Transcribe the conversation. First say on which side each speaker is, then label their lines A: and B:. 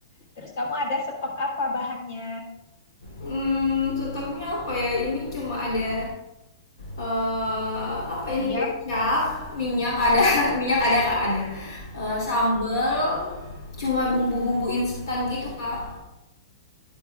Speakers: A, on the left (about 40°); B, on the left (about 70°).
A: Terus kamu ada stok apa bahannya?
B: Hmm, stoknya apa ya? Ini cuma ada eh apa ini
A: Ayam?
B: kecap, minyak ada, <laughs> minyak ada Kak, ada. Eh, sambal cuma bumbu-bumbu instan gitu,
A: Oh,
B: Kak.